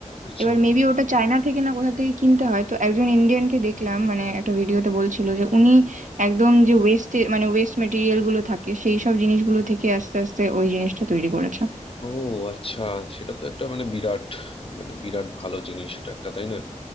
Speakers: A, on the left; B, on the right.
A: আচ্ছা
B: এবার মেবি ওটা চায়না থেকে না কোথা থেকে কিনতে হয় তো একজন ইন্ডিয়ানকে দেখলাম মানে একটা ভিডিওতে বলছিল যে উনি একদম যে ওয়েস্টে মানে ওয়েস্ট মেটেরিয়াল গুলো থাকে সেই সব জিনিসগুলো থেকে আস্তে আস্তে ওই জিনিসটা তৈরি করেছে
A: ও আচ্ছা সেটা তো একটা মানে বিরাট মানে বিরাট ভালো জিনিস এটা একটা তাই না